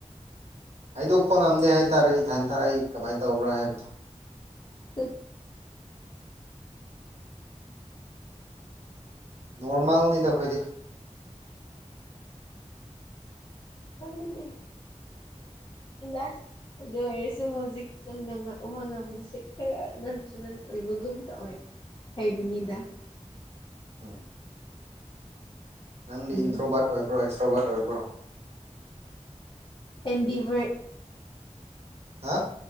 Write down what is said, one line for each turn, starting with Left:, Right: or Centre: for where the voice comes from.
Right: ꯍꯥꯏꯗꯣꯛꯄ ꯉꯝꯗꯦ ꯍꯥꯏꯇꯥꯔꯦ ꯏꯊꯟꯇ ꯑꯩ ꯀꯃꯥꯏꯟ ꯇꯧꯕ꯭ꯔꯥ ꯍꯥꯏꯕꯗꯣ
Left: <unintelligible>
Right: ꯅꯣꯔꯃꯦꯜꯅꯤꯗ ꯑꯩꯈꯣꯏꯗꯤ
Left: ꯈꯪꯗꯦ <unintelligible> ꯑꯗꯨ ꯑꯣꯏꯔꯁꯨ ꯍꯧꯖꯤꯛ ꯅꯪꯅ ꯉꯥ ꯋꯥ ꯉꯥꯡꯕꯁꯦ ꯈꯔ ꯅꯟ ꯆꯂꯟ ꯑꯣꯏꯕꯒꯨꯝ ꯇꯧꯋꯦ ꯍꯩꯕꯅꯤꯗ
Right: ꯎꯝ ꯅꯪꯗꯤ
Left: ꯎꯝ
Right: ꯏꯟꯇ꯭ꯔꯣꯕꯠ ꯑꯣꯏꯕ꯭ꯔꯣ ꯑꯦꯛꯁꯇ꯭ꯔꯣꯕꯠ ꯑꯣꯏꯕ꯭ꯔꯣ
Left: ꯑꯦꯝꯕꯤꯚꯔꯠ
Right: ꯍꯥ